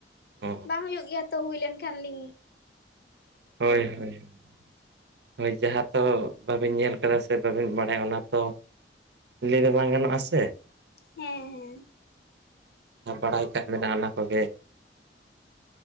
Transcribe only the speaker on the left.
ᱵᱟᱝ ᱦᱩᱭᱩᱜ ᱜᱮᱭᱟ ᱛᱚ ᱦᱩᱭ ᱞᱮᱱᱠᱷᱟᱱ ᱠᱷᱟᱱᱞᱤᱧ
ᱦᱮᱸ ᱦᱮᱸ